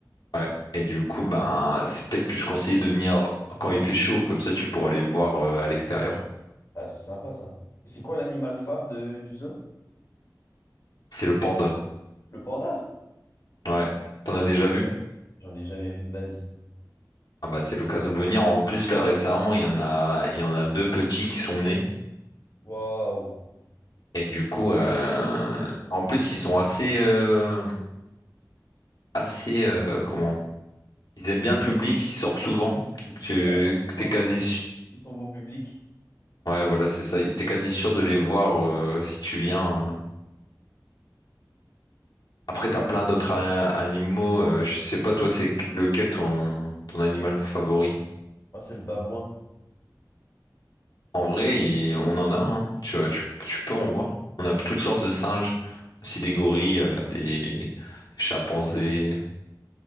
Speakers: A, on the left (about 80°); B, on the left (about 50°).
A: Ouais. Et du coup, ben c'est peut-être plus conseillé de venir quand il fait chaud, comme ça tu pourras les voir euh, à l'extérieur.
B: Ah, c'est sympa ça. Et c'est quoi l'animal phare de, du zoo?
A: C'est le panda.
B: Le panda?
A: Ouais. T'en as
B: Incroyable.
A: déjà vu?
B: J'en ai jamais vu de ma vie.
A: Ah bah c'est l'occasion de venir. En plus, là récemment, il y en a, il y en a deux petits qui sont nés.
B: Waouh.
A: Et du coup, euh, en plus, ils sont assez, euh, assez, euh, comment? Ils aiment bien le public, ils sortent souvent. Donc tu,
B: Ah, ils sont vraiment-
A: t'es quasi,
B: ils sont très-
A: su-
B: ils sont beau public.
A: ouais, voilà, c'est ça. T'es quasi sûr de les voir euh, si tu viens. hein. Après, t'as
B: Bah,
A: plein d'autres a- animaux. euh, je sais pas, toi, c'est lequel ton, ton animal favori?
B: moi, c'est le babouin.
A: En vrai, il- on en a, hein. Tu, tu- tu peux en voir. On a toutes sortes de singes, aussi des gorilles, euh, des, des chimpanzés.